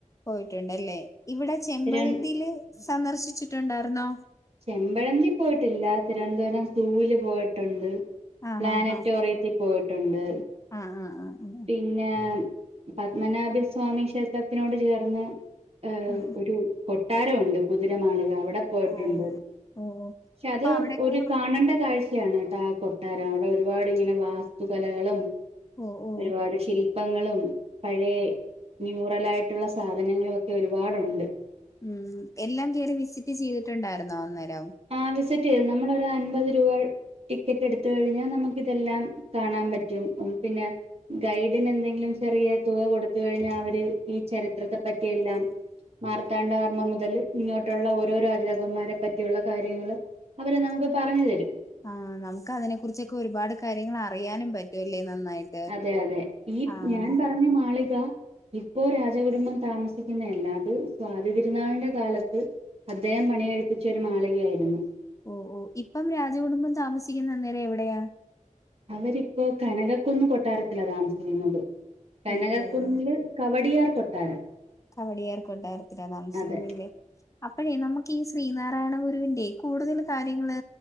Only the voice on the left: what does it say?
പോയിട്ടുണ്ടല്ലേ ഇവിടെ ചെമ്പഴന്തിയില്
സന്ദർശിച്ചിട്ടുണ്ടായിരുന്നോ?
ആഹ്
ആഹ് ആഹ്
ആഹ് ആ ആ-
ആഹ്
ഓഹ് ഓഹ്
അപ്പൊ
അവിടെയൊക്കെ
ഓ ഓ
ഉം എല്ലാം കേയറി വിസിറ്റ് ചെയ്തിട്ടുണ്ടായിരുന്നോ അന്നേരം
ആ നമുക്ക് അതിനെ കുറിച്ചൊക്കെ ഒരുപാട് കാര്യങ്ങൾ അറിയാനും പറ്റുവല്ലേ നന്നായിട്ട്
ആഹ്
ഓഹ് ഓഹ് ഇപ്പം രാജകുടുംബം താമസിക്കുന്ന അന്നേരം എവിടെയാ?
ഓ ഓ ഓ
കവടിയാർ കൊട്ടാരത്തിലാ താമസിക്കുന്നില്ലേ?
അപ്പഴേ നമുക്ക് ഈ ശ്രീനാരായണ ഗുരുവിന്റെ കൂടുതല് കാര്യങ്ങള്